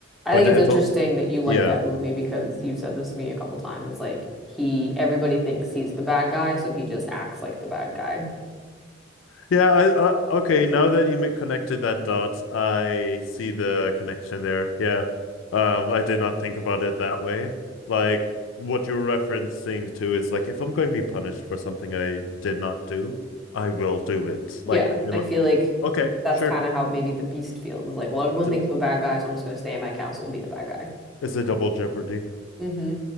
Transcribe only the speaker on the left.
But
it's
all,
Yeah.
Yeah, I, uh, okay, now that you ma- connected that dot, I see the connection there. Yeah. Um, I did not think about it that way. Like what you're referencing to is like if I'm going to be punished for something I did not do, I will do it.
Like, you
know,
okay,
sure.
D
it's a double jeopardy.